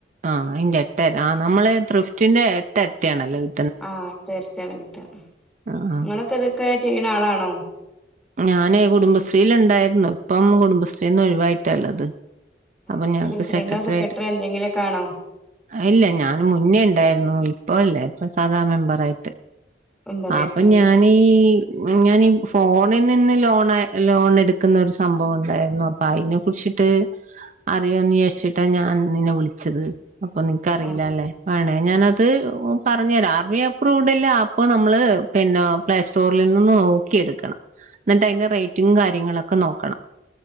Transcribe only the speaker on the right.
ആഹ, അതിന്റെ എട്ട, ആ നമ്മള് തൃഫ്റ്റിന്റെ എട്ട് എരട്ടിയാണല്ലോ കി
ആഹ്
ഞാന് കുടുംബശ്രീൽ ഉണ്ടായിരുന്നു ഇപ്പം കുടുംബശ്രീന്ന് ഒഴിവായിട്ടള്ളത് അപ്പം
ഞങ്ങക്ക്
സെക്രട്ടറി ആയിട്ട്
ഇല്ല, ഞാൻ മുന്നേ ഉണ്ടായിരുന്നു ഇപ്പോ ഇല്ലേ, ഇപ്പൊ സാദാ മെമ്പറയി
അപ്പൊ ഞാൻ ഈ, ഞാനീ ഫോണിൽ നിന്ന് ലോൺ ലോണ എടുക്കുന്ന ഒരു സംഭവം ഉണ്ടായിരുന്നു അപ്പം. അയ്നെ കുറിച്ചിട്ട് അറിയോന്ന് വിചാരിച്ചിട്ടാ ഞാൻ നിന്നെ വിളിച്ചത്, അപ്പൊ നിനക്കറിയില്ല
അല്ലേ വേണേ ഞാനത് ത്ത് പറഞ്ഞരാ ആർമി അപ്രൂവഡ്ല്ല ആപ്പ് നമ്മള്, പിന്നെ പ്ലേ സ്റ്റോറിൽ നിന്നും എടുക്കണം. എന്നിട്ട് അതിന്റെ റേറ്റും കാര്യങ്ങളൊക്കെ നോക്കണം